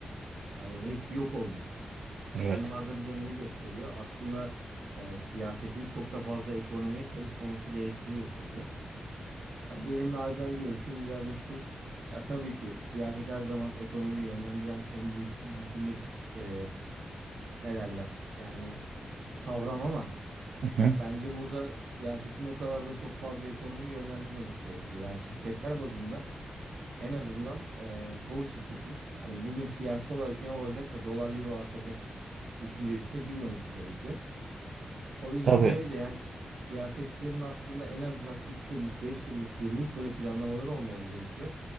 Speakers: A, on the right (about 70°); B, on the right (about 85°).
A: hani hepsi yok oldu. Hani
B: Evet.
A: bunlar da bize neyi gösteriyor? Aslında e, siyasetin çok da fazla ekonomiye karışmaması gerektiğini gösteriyor. Abi benim naçizane görüşüm biraz da şu. Ya tabii ki siyaset her zaman ekonomiyi yönlendiren en büyük bütünleşik e, ne derler? Yani kavram ama
B: Hı hı.
A: bence burada siyasetin o kadar da çok fazla ekonomiyi yönlendirmemesi gerekiyor. Yani şirketler bazında en azından e, çoğu şirketin hani bugün siyasi olarak ne olacak da dolar euro artacak düşüncesine girmemesi gerekiyor. O yüzden
B: Tabii
A: dolayı da yani siyasetçilerin aslında en azından 3 yıllık, 5 yıllık, yıllık böyle planlamaları olmaları gerekiyor.